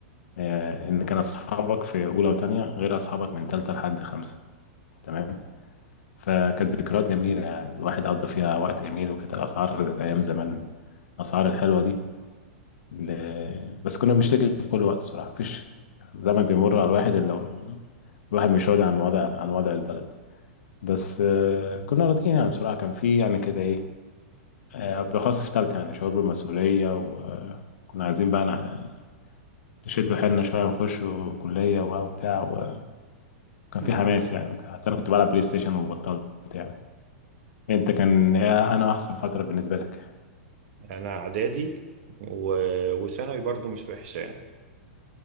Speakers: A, on the left (about 75°); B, on the right (about 60°).
A: آه، ان كان اصحابك في اولى وثانيه غير اصحابك من ثالثه لحد خمسه تمام فكانت ذكريات جميلة يعني الواحد قضى فيها وقت جميل وكانت الأسعار أيام زمان الأسعار الحلوة دي ل... بس كنا بنشتكي في كل وقت بصراحة مفيش زمن بيمر على الواحد إلا وال- الواحد مش راضي عن وضع عن وضع البلد بس آه، كنا راضيين يعني بصراحة كان في يعني كده إيه آه، بالأخص في تالتة يعني شعور بالمسؤولية وكنا عايزين بقى نع- نشد حيلنا شوية ونخش كلية وبتاع وكان
B: مم.
A: في حماس يعني حتى أنا كنت بلعب بلاي ستيشن وبطلت يعني انت كان هي انا احسن فتره بالنسبه لك
B: انا اعدادي و... وثانوي برضو مش وحشة يعني